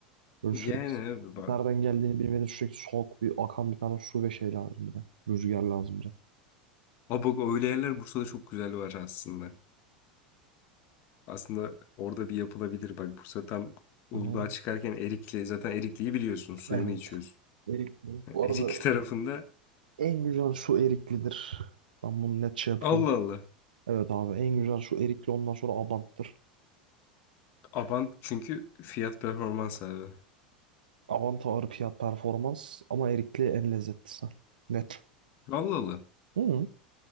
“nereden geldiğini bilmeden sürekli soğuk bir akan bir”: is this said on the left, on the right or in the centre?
Right